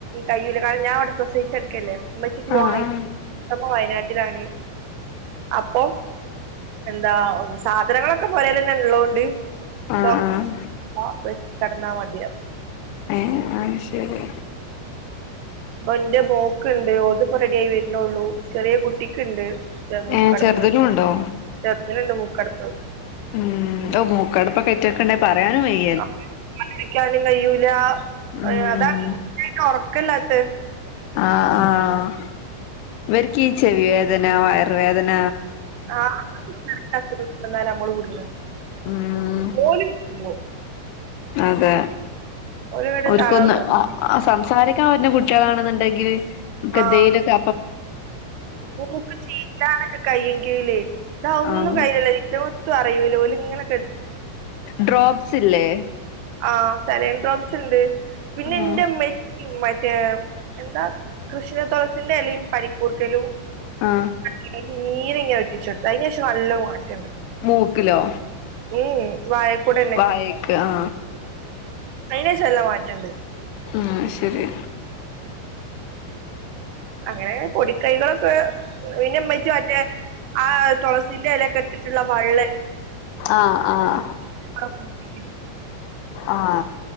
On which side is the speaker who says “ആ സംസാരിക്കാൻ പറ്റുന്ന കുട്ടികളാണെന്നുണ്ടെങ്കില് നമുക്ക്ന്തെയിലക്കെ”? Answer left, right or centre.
Left